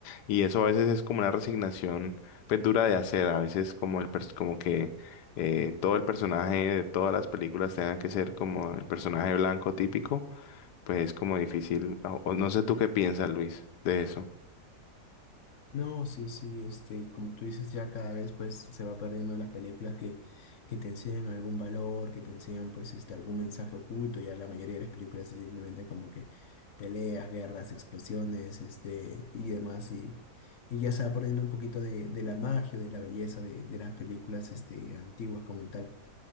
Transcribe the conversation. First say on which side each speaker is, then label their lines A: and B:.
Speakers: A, on the left (about 80°); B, on the left (about 60°).
A: Y eso a veces es como una resignación, pues dura de hacer, a veces como el, pers- como que eh, todo el personaje de todas las películas tenga que ser como el personaje blanco típico, pues es como difícil, o o no sé tú qué piensas, Luis, de eso.
B: No, sí, sí, este, y como tú dices, ya cada vez pues se va perdiendo las películas que, que te enseñan algún valor, que te enseñan pues este, algún mensaje oculto, ya la mayoría de las películas es simplemente como que peleas, guerras, explosiones, este, y demás, y, y ya se va perdiendo un poquito de, de la magia, de la belleza de, de las películas este, antiguas como tal.